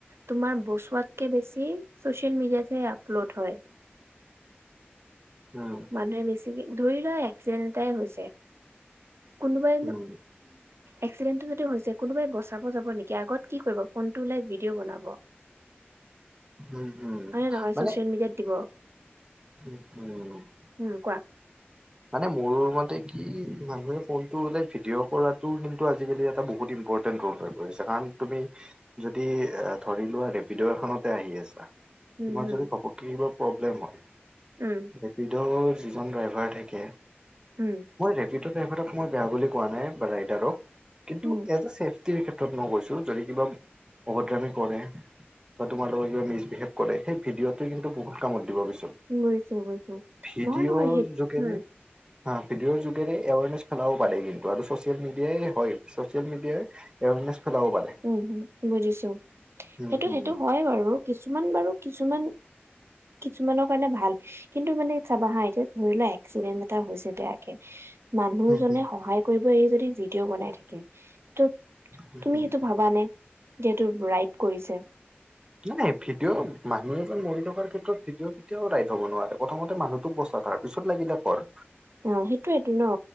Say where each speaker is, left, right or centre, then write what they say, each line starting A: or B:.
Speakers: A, on the right (about 85°); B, on the right (about 20°).
A: তোমাৰ বচোৱাতকে বেছি ছ'চিয়েল মিডিয়াতহে আপলোড হয়।
B: উম'
A: মানুহে বেছিকে ধৰি লোৱা এক্সিডেণ্ট এটাই হৈছে কোনোবাই
B: উম
A: নো এক্সিডেণ্টো যদি হৈছে কোনোবাই বচাব যাব নেকি আগত কি কৰিব ফোনটো ওলাই ভিডিঅ' বনাব হয়
B: উম উম
A: নে নহয়
B: মানে
A: ছ'চিয়েল মিডিয়াত দিব।
B: উম' উম'।
A: উম' কোৱা
B: মানে মোৰ মতে কি মানুহে ফোনটো হ'লে ভিডিঅ' কৰাতো কিন্তু আজি-কালি এটা বহুত ইম্প- টেণ্ট হৈ পৰিছে কাৰণ তুমি যদি ধৰি লোৱা ৰেপিড' এখনতে আহি আছা তোমাৰ
A: উম হম
B: যদি ঘপককে কিবা প্ৰব্লেম হয়
A: উম
B: ৰেপিডোৰ যিজন ড্ৰাই- ভাৰ থাকে
A: উম
B: মই ৰেপিডো' ড্ৰাইভাৰক মই বেয়া বুলি কোৱা নাই ৰাইডাৰক কিন্তু
A: উম
B: এজে ছেফটি টিৰ ক্ষেত্ৰত মই কৈছো যদি কিবা অভদ্ৰামি কৰে বা তোমাৰ লগত কিবা মিছবিহেভ কৰে সেই ভিডিঅ'টো কিন্তু বহুত কামত দিব পিছত।
A: গৈছো গৈছো
B: ভিডিঅ'ৰ
A: নহয় নহয় সেইটো উম
B: <unintelligible> হা। ভিডিঅ'ৰ যোগেৰে এৱাৰনেছ ফেলাও পাৰে কিন্তু আৰু ছ'চিয়েল মিডিয়াই হয় ছ'চিয়েল মিডিয়াই, এৱাৰনেছ ফেলাব পাৰে।
A: উম হম বুজিছো
B: উম
A: সেইটো
B: হুম
A: সেইটো হয় বাৰু কিছুমান বাৰু কিছুমান কিছুমানৰ কাৰণে ভাল। কিন্তু মানে চাবা হা এতিয়া ধৰি লোৱা এক্সিডেন্ট এটা হৈছে বেয়াকে মানুহজনে
B: হুম হুম
A: সহায় কৰিব এৰি যদি ভিডিঅ' বনাই থাকে তো
B: হুম
A: তুমি
B: হুম।
A: ভাৱা নে, যিহেতু ৰাইত কৰিছে
B: নাই ভিডিঅ' মানুহ এজন মৰি থকাৰ ক্ষেত্ৰত ভিডিঅ' কেতিয়াও ৰাইত হ'ব নোৱাৰে। প্ৰথমতে মানুহটোক বচা তাৰ পিছত লাগিলে কৰ।
A: অ সেইটোৱেটো ন